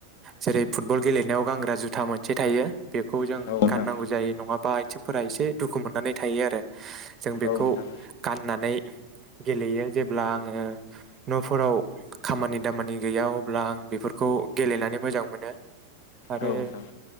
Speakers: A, on the right; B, on the left.
A: जेरै फुटबल गेलेनायाव गानग्रा जुथा मोनसे थायो। बेखौ जों
B: औ नोंथां
A: गाननांगौ जायो नङा बा आइथिंफोरा एसे दुखु मोननानै थायो आरो। जों बेखौ
B: औ नोंथां
A: नानै गेलेयो जेब्ला आङो न'फोराव खामानि दामानि गैया अब्ला आं बेफोरखौ गेलेनानै मोजां मोनो आरो
B: औ नोंथां